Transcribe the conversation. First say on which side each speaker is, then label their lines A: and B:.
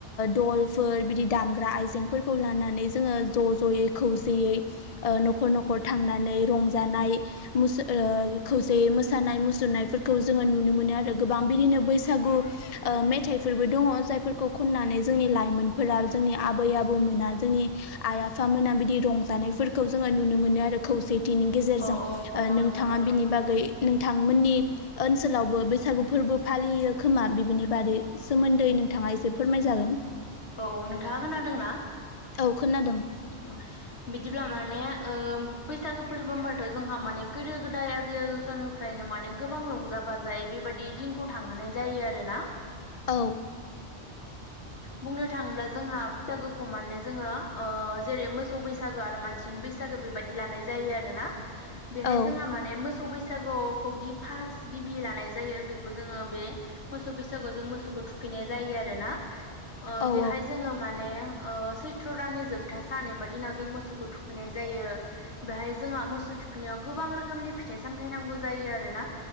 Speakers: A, on the left; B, on the left.
A: दलफोर बिदि दाम ग्रा आयजेफोरखौ लानानै जोंङो ज'ज'यै खौसेयै ओ न'खर न'खर थांनानै रंजानाय मोस ओ खौसेयै मोसानाय मुसुरनायफोरखौ जोङो नुनो मोनो आरो गोबां बिदिनो बैसागु ओ मेथाइफोरबो दङ जायफोरखौ खननानै जोंनि लाइमोनफोरा जों जोंनि आबै आबौ मोना जोंनि आइ आफा मोना बिदि रंजानायफोरखौ जोङो नुनो मोनो आरो खौसे बेनि गेजेरजों
B: औ
A: ओ
B: औ औ
A: नोंथाङा
B: नंगौ नोंथां
A: बिनि बागै नोंथांमोननि ओनसोलावबो बैसागु फोरबो फालियो खोमा बेफोरनि बादै सोमोन्दै नोंथाङा एसे फोरमायजागोन
B: औ औ नोंथाङा खोनादोंना?
A: औ खोनादों
B: औ बिदिब्ला माने ओ बैसागो फोरबोबाथ' जोंहा माने गोदो गोदाय आजै आजौ समनिफ्रायनो माने गोबां रंजा बाजायै बे। बेबायादि दिनखौ थांहोनाय जायो आरोना
A: औ
B: बुंनो थाङोब्ला जोंहा बैसागोखौ माने जोङो ओ जेरै मोसौ बैसागो आरो मानसिनि बैसागो बेबायदि लानाय जायो आरोना बेहाय
A: औ
B: जोंहा माने मोसौ बैसो सागुखौ गि फार्स गिबि लानाय जायो बेखौ जोङो बे मोसौ बैसागु जों मोसौखौ थुखै थुखैनाय जायो आरोना ओ
A: औ
B: बेहाय जोङो माने ओ सैथ्र' दाननि जोबथा सान एबा दिनाव जों मोसौखौ थुखैनाय जायो बेहाय जोंहा मोसौ थुखैनायाव गोबां रोखोमनि फिथाइ सामथाय नांगौ जायो आरोना ना